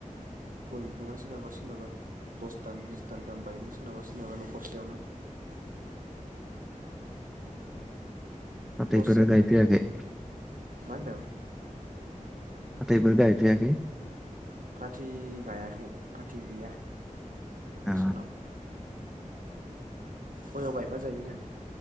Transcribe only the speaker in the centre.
फाथैफोर
गायफेयाखै
फाथैफोर गायफायाखै
आ,